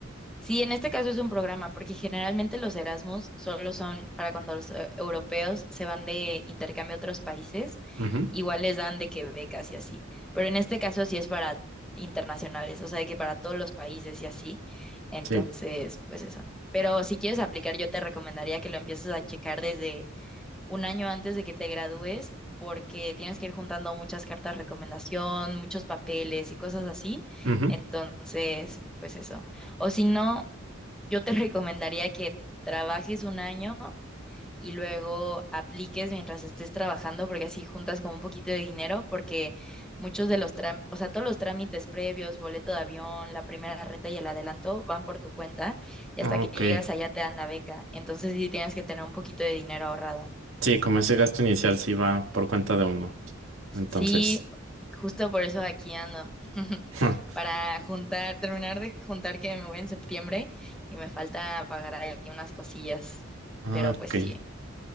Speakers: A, in the centre; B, on the right.
A: Sí, en este caso es un programa, porque generalmente los Erasmus solo son para cuando los eh, europeos se van de intercambio a otros países,
B: Ujú,
A: igual les dan de que becas y así. Pero en este caso sí es para internacionales, o sea, de que para todos los países y así. Entonces,
B: sí.
A: pues eso. Pero si quieres aplicar, yo te recomendaría que lo empieces a checar desde un año antes de que te gradúes, porque tienes que ir juntando muchas cartas de recomendación, muchos papeles y cosas así.
B: Ujú,
A: Entonces, pues eso. O si no, yo te <laughs> recomendaría que trabajes un año y luego apliques mientras estés trabajando, porque así juntas como un poquito de dinero, porque muchos de los trámites, o sea, todos los trámites previos, boleto de avión, la primera renta y el adelanto van por tu cuenta y
B: ah,
A: hasta que
B: ok.
A: llegas allá te dan la beca. Entonces sí tienes que tener un poquito de dinero ahorrado.
B: Sí, como ese gasto inicial sí va por cuenta de uno, entonces,
A: Sí, justo por eso aquí ando, <laughs>
B: <laughs> ah,
A: para juntar, terminar de juntar que me voy en septiembre y me falta pagar ahí unas cosillas,
B: ok.
A: pero pues sí.